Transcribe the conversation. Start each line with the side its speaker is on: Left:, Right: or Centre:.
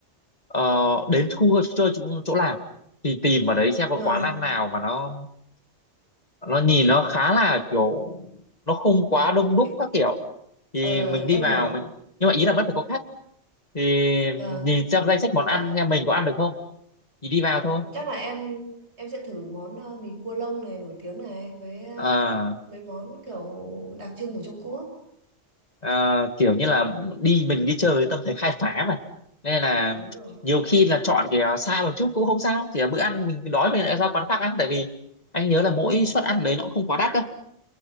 Left: ờ, đến khu chơi chỗ, chỗ làm thì tìm ở đấy xem
Right: Ờ,
Left: có quán ăn nào mà nó nó nhìn nó khá là kiểu nó không quá đông đúc
Right: kiểu-
Left: các kiểu thì
Right: ờ,
Left: mình đi
Right: em
Left: vào
Right: hiểu.
Left: mình nhưng mà ý là vẫn phải có khách thì
Right: Vâng,
Left: nhìn xem danh sách món
Right: chắc
Left: ăn xem mình có ăn được không thì đi vào thôi
Right: ừ, chắc là em em sẽ thử món ờ, mì cua lông này nổi tiếng này với ờ,
Left: à,
Right: mấy món kiểu đặc trưng của Trung Quốc.
Left: à, kiểu như là đi mình đi chơi với tâm thế khai phá mà nên là
Right: Đúng rồi.
Left: nhiều khi là chọn cái à, xa một chút cũng không sao chỉ là bữa ăn mình đói mình lại ra quán khác ăn tại vì anh nhớ là mỗi suất ăn đấy nó cũng không quá đắt đâu